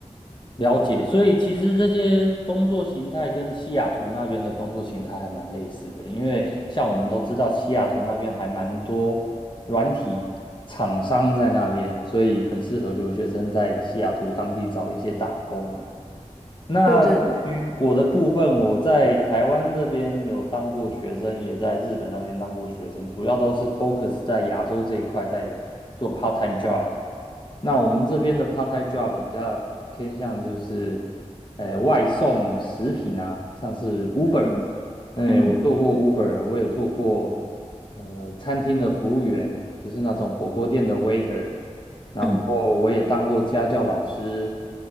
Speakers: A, on the left; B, in the centre.
A: 了解，所以其实这些工作形态跟西雅图那边的工作形态还蛮类似的，因为像我们都知道，西雅图那边还蛮多软体厂商在那边，所以很适合留学生在西雅图当地找一些打工啊。那至于我的部分，
B: 对对对，
A: 我在台湾这边有当过学生，也在日本那边当过学生，主要都是 focus 在亚洲这一块，在做 part time job。那我们这边的 part-time job 比较偏向就是，呃，外送食品啊，像是 Uber，
B: 嗯
A: 嗯，
B: 嗯
A: 我做过 Uber，我也做过，呃，餐厅的服务员，就是那种火锅店的 waiter，然后我也当过家教老师，
B: 嗯